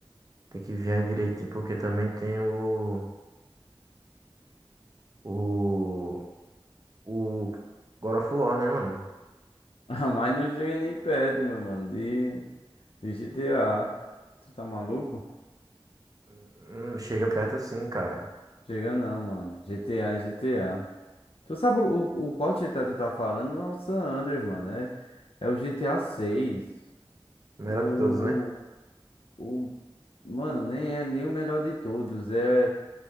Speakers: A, on the right; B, on the left.
A: tem que ver direitinho, porque também tem o, o, o God of War, né, mano?
B: Ah, mas não chega nem perto, meu mano, de, de GTA. Tu tá maluco?
A: Hum, chega perto sim, cara.
B: Chega não, mano. GTA é GTA. Tu sabe o, o o qual GTA tu tá falando? Não é o San Andreas, mano. É, é o GTA seis.
A: O
B: O,
A: Melhor de todos, né?
B: o, o- Mano, nem é nem o melhor de todos. É,